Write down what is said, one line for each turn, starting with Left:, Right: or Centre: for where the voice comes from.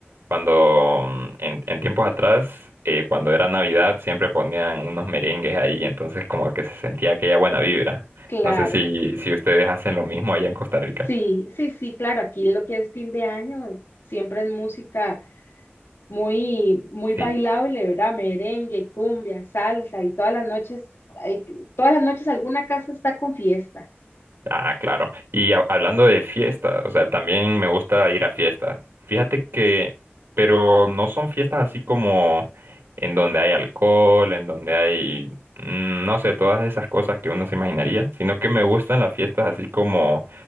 Right: cuando mm, en, en tiempos atrás, eh, cuando era Navidad, siempre ponían unos merengues ahí, entonces como que se sentía aquella buena vibra.
Left: Claro,
Right: No sé si, si ustedes hacen lo mismo allá en Costa Rica.
Left: sí, sí, sí, claro, aquí lo que es fin de año siempre es música muy, muy bailable,
Right: Sí,
Left: ¿verdad? Merengue, cumbia, salsa y todas las noches, hay- todas las noches alguna casa está con fiesta.
Right: Ah, claro. Y ha- hablando de fiestas, o sea, también me gusta ir a fiestas. Fíjate que, pero no son fiestas así como en donde hay alcohol, en donde hay, mm, no sé, todas esas cosas que uno se imaginaría, sino que me gustan las fiestas así como